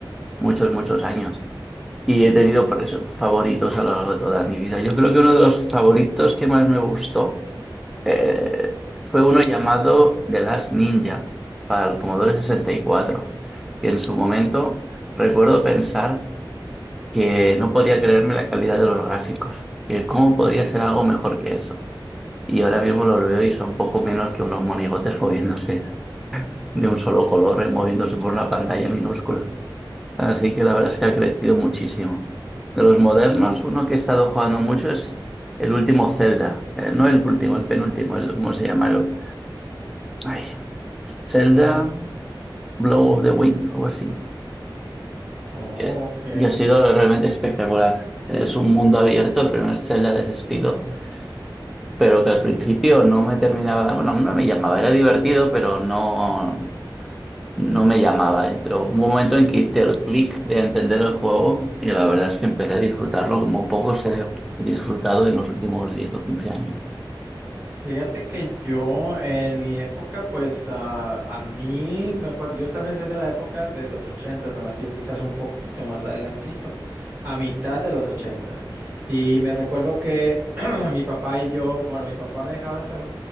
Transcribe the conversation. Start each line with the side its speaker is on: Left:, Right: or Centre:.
Centre: muchos, muchos años. Y he tenido preso- favoritos a lo largo de toda mi vida. Yo creo que uno de los favoritos que más me gustó eh, fue uno llamado The Last Ninja para el Commodore sesenta y cuatro, que en su momento recuerdo pensar que no podía creerme la calidad de los gráficos, que cómo podría ser algo mejor que eso. Y ahora mismo los veo y son poco menos que unos monigotes moviéndose de un solo color, eh, moviéndose por una pantalla minúscula. Así que la verdad es que ha crecido muchísimo. De los modernos, uno que he estado jugando mucho es el último Zelda. Eh, no el último, el penúltimo, el, ¿cómo se llama? El- ay, Zelda Blow of the Wind, algo así.
Right: Oh,
Centre: Eh,
Right: ok.
Centre: y ha sido realmente espectacular. Es un mundo abierto, el primer Zelda de ese estilo pero que al principio no me terminaba, bueno, no me llamaba, era divertido, pero no, No me llamaba, eh, pero hubo un momento en que hice el clic de entender el juego y la verdad es que empecé a disfrutarlo como pocos he he disfrutado en los últimos diez o quince años.
Right: Fíjate que yo en mi época, pues ah, a mí me acuerdo, yo también soy de la época de los ochentas, nada más que yo quizás un poquito más adelantito, a mitad de los ochentas. Y me recuerdo que <clears throat> mi papá y yo, bueno, mi papá me dejaba hacer